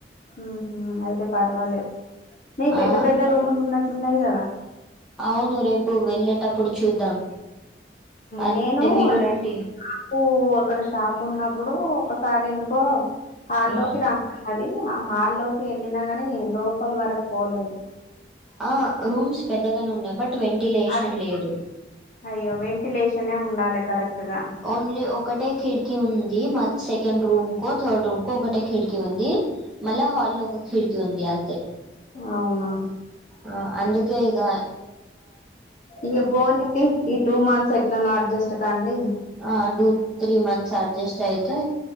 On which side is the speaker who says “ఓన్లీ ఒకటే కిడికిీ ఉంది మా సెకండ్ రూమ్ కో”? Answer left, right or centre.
Centre